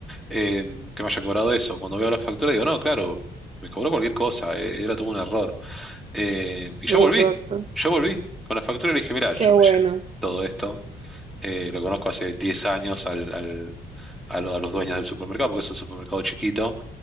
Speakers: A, in the centre; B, on the right.
A: eh, que me haya cobrado eso. Cuando veo la factura digo, no, claro, me cobró cualquier cosa, eh, era todo un error. Eh, y yo
B: exacto.
A: volví, yo volví con la factura y le dije, mira, yo
B: Qué bueno.
A: me llevé todo esto, eh, lo conozco hace 10 años al, al- a, lo- a los dueños del supermercado, porque es un supermercado chiquito,